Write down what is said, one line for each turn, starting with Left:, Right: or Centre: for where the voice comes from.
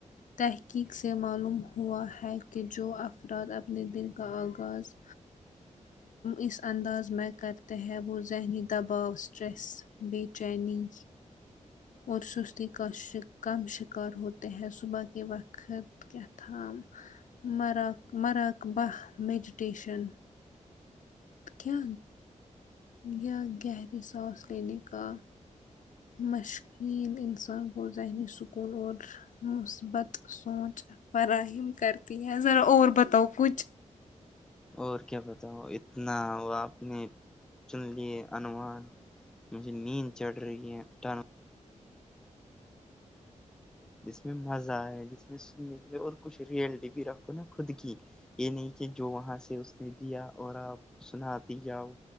Left: تحقیق سے معلوم ہوا ہے کہ جو افراد اپنے دل کا آغاز اس انداز میں کرتے ہیں وہ ذہنی دباؤ اسٹریس بے چینی اور سستی کا کم شکار ہوتے ہیں صبح کے وقت کیاتام مراک مراک بہ میڈیٹیشن کیا یا گہری ساس لینے کا مشقین انسان گو ذہنی سکون اور مثبت سوچ فراہم کرتی ہے ذرا اور بتاؤ کچھ
Centre: اور کیا بتاؤ اتنا آپ نے چن لیے انوومان مجھے نین چڑ رہی ہے چلو جس میں مزہ آئے جس میں سننے کے اور کچھ ریئلٹی بھی رکھو نا خود کی یہ نہیں کہ جو وہاں سے اس نے دیا اور آپ سناتی جاؤ